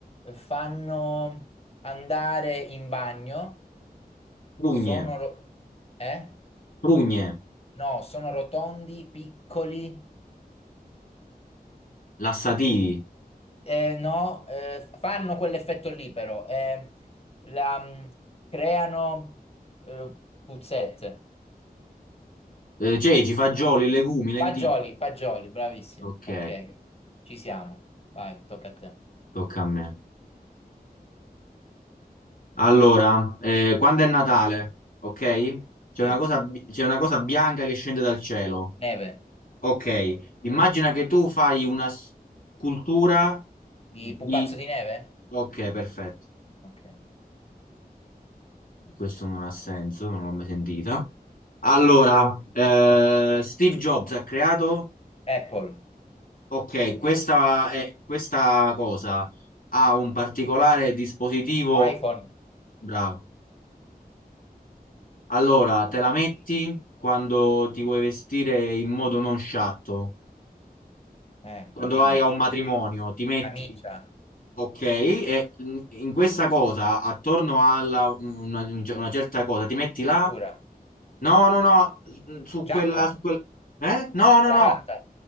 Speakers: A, on the left; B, on the left.
A: fanno andare in bagno.
B: Prugne,
A: Sono, ro- eh?
B: Prugne,
A: No, sono rotondi, piccoli.
B: lassativi,
A: Eh, no, eh, fanno quell'effetto lì però, eh, la, mm, creano eh, puzzette.
B: eh, ceci, fagioli, legumi, lenticchie.
A: Fagioli, fagioli, bravissimo.
B: Ok,
A: Ok, ci siamo. Vai, tocca a te.
B: tocca a me. Allora, eh, quando è Natale, ok? C'è
A: Sì,
B: una cosa, bi- c'è una cosa bianca che scende dal cielo.
A: neve.
B: Ok, immagina che tu fai una scultura
A: Di
B: di...
A: pupazzo di neve?
B: Ok, perfetto.
A: Ok.
B: Questo non ha senso, non l'ho mai sentita. Allora, eh, Steve Jobs ha creato
A: Apple,
B: Ok, questa, è- questa cosa ha un particolare dispositivo.
A: iPhone,
B: Bravo. Allora, te la metti quando ti vuoi vestire in modo non sciatto,
A: eh,
B: quando
A: jeans,
B: vai a un matrimonio, ti metti.
A: camicia,
B: Ok, e in in questa cosa, attorno alla una, una certa cosa, ti metti
A: cintura,
B: là? No, no, no, su
A: giacca,
B: quella, su quel... Eh? No, no,
A: cravatta.
B: no.